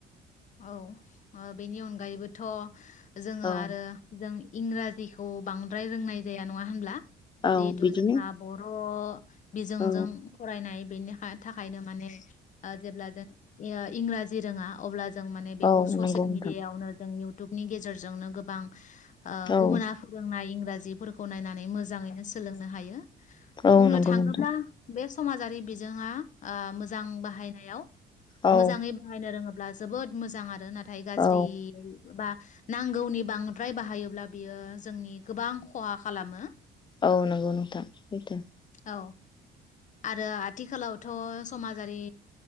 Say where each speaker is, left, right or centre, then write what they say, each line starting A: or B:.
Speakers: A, on the left; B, on the left.
A: औ अ बेनि अनगायैबोथ' जोङो
B: औ
A: आरो जों इंराजिखौ बांद्राय रोंनाय जाया नङा होनब्ला
B: औ
A: जिहेथु
B: बिदिनो
A: जोंहा बर' अ बिजोंजों
B: औ
A: फरायनाय बेनि हा थाखायनो माने ओ जेब्ला जों इंराजि रोङा अब्ला जों माने बेखौ
B: औ
A: ससियेल
B: नंगौ नोंथां
A: मिडियायावनो जों इउटुबनि गेजेरजोंनो गोबां ओ
B: औ
A: गुबुना फोरोंनाय इं राजिफोरखौ नायनानै मोजाङैनो सोलोंनो हायो।
B: औ
A: बुंनो
B: नंगौ
A: थाङोब्ला
B: नोंथां
A: बेस समाजारि बिजोङा आं मोजां बाहायनायाव
B: औ
A: मोजाङै बाहायनो रोङोब जोबोद मोजां आरो ना थाय गाज्रि
B: औ
A: बा नांगौनि बांद्राय बाहायोब्ला बियो जोंनि गोबां खहा खालामो
B: औ नंगौ नोंथां सैथो
A: औ आरो आथिखालावथ' समाजारि